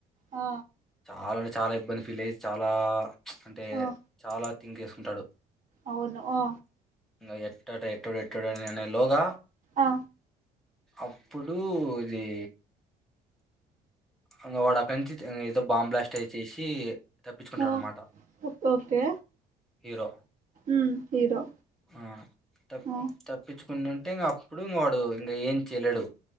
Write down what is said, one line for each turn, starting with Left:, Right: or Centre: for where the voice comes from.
Right: ఆ
Centre: ఆల్రెడీ చాలా ఇబ్బంది ఫీల్ అయ్యి చాలా అంటే
Right: ఆ
Centre: చాల థింక్ చేసుకుంటాడు
Right: అవును ఆ
Centre: ఇంగా ఎట్టాట ఎట్టుడెట్టుడనే లోగా
Right: ఆ
Centre: అప్పుడు ఇది ఇంగోవాడ పెంచితే ఏదో బాంబ్ బ్లాస్ట్ అయిచేసి తప్పించుకుంటాడు.
Right: ఆ
Centre: అన్నమాట
Right: ఓకే
Centre: హీరో
Right: ఉమ్ హీరో
Centre: అ తప్
Right: ఆ
Centre: తప్పి ఉంటే ఇంక అప్పుడు ఇంకా వాడు ఇంగ ఏం చేయలేడు.